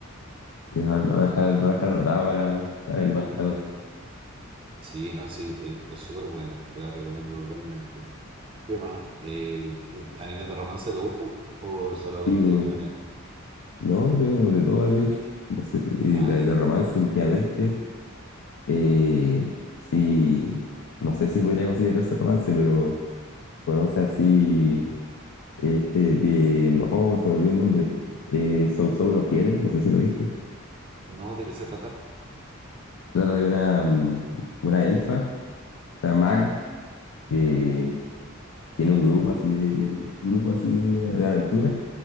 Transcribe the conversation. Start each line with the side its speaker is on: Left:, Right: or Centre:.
Left: y ahora lo voy a dejar,
Right: Sí,
Left: lo voy a dejar anotado para, para verlo más tarde.
Right: sí, no, sí, es es súper buena, te la recomiendo totalmente. ¿Qué más? Eh, eh, ¿animes de romance te gustan? ¿O solamente
Left: Sí, pues,
Right: shonen?
Left: no, veo de todo, de hecho. No sé, y
Right: Ah,
Left: de,
Right: ya.
Left: de romance últimamente. Eh, sí, no sé si podría considerarse romance, pero conoce así. Este, bien, oh, se me olvidó el nombre. Eh, Sou Sou no Fieren, no sé si lo viste.
Right: No, ¿de qué se trata?
Left: Trata de una, mm, una elfa, o sea, maga, que tiene un grupo así de, un grupo así de, de aventura